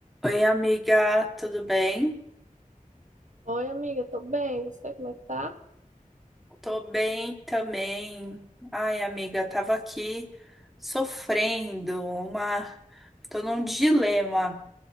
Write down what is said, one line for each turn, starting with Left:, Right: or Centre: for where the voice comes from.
Centre: Oi, amiga, tudo bem?
Right: Oi, amiga, tô bem. Você, como é que tá?
Centre: Tô bem também. Ai, amiga, tava aqui sofrendo uma. Tô num dilema.